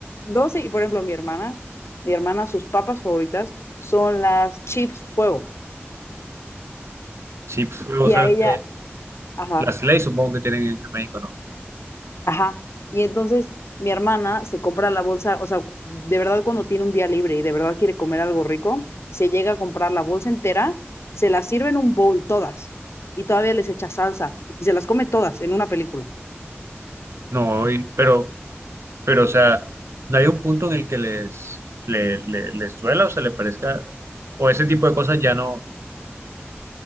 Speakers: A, on the left; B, on the right.
A: no sé. Y por ejemplo, mi hermana, mi hermana, sus papas favoritas son las chips fuego.
B: Sí, pues, o
A: Y
B: sea,
A: a ella,
B: eh,
A: ajá.
B: las leyes supongo que tienen en, en México, ¿no?
A: Ajá. Y entonces mi hermana se compra la bolsa, o sea, de verdad cuando tiene un día libre y de verdad quiere comer algo rico, se llega a comprar la bolsa entera, se la sirve en un bowl todas y todavía les echa salsa y se las come todas en una película.
B: No, y- pero, pero, o sea, no hay un punto en el que les, le, le- les duela o se le parezca, o ese tipo de cosas ya no.